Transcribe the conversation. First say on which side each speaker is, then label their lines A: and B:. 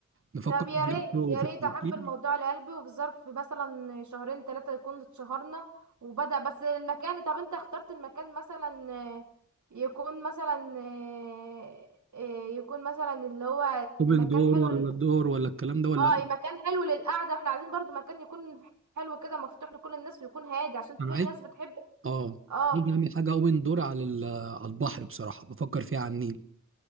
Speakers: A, on the right; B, on the right.
A: نفكر
B: طب
A: في
B: يا ريت
A: الدور-
B: يا
A: في
B: ريت
A: التنفيذ
B: احب الموضوع لقلبي وفي ظرف مثلا شهرين ثلاثة يكون اتشهرنا وبدأ بس المكان طب انت اخترت المكان مثلا آه، يكون مثلا آه، آه، يكون مثلا اللي هو
A: اوبن
B: مكان
A: دور
B: حلو
A: ولا
B: لل...
A: الدور ولا الكلام ده ولا
B: اه مكان حلو للقعدة احنا عايزين برضو مكان يكون حلو كده مفتوح لكل الناس ويكون هادي عشان في
A: انا عايز
B: ناس بتحب
A: اه
B: اه
A: عايز اعمل حاجه اوبن دور على ال- على البحر بصراحه بفكر فيها على النيل